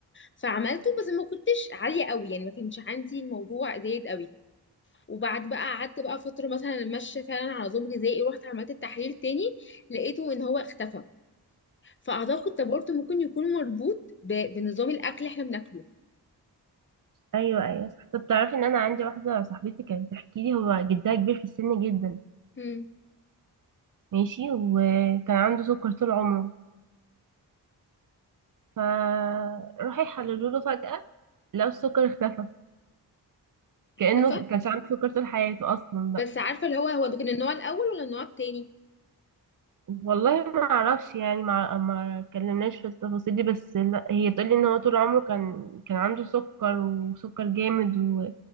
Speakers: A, on the left; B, on the right.
A: فعملته بس ما كنتش عاليه قوي يعني ما كانش عندي الموضوع زايد قوي وبعد بقى قعدت بقى فتره مثلا ماشيه فعلا على نظام غذائي ورحت عملت التحليل تاني لقيته ان هو اختفى فاعتقد ده برضه ممكن يكون مربوط ب... بنظام الاكل اللي احنا بناكله
B: أيوة أيوة صح طب تعرفي إن أنا عندي واحدة صاحبتي كانت بتحكي لي هو جدها كبير في السن جدا
A: مم.
B: ماشي وكان عنده سكر طول عمره فراح يحللوا له فجأة لقوا السكر اختفى كأنه
A: ده
B: كانش عنده سكر طول حياته أصلا بقى
A: بس عارفه اللي هو هو ده كان النوع الاول ولا النوع التاني
B: والله ما اعرفش يعني ما ما اتكلمناش في التفاصيل دي بس لا هي تقول لي ان هو طول عمره كان كان عنده سكر وسكر جامد و...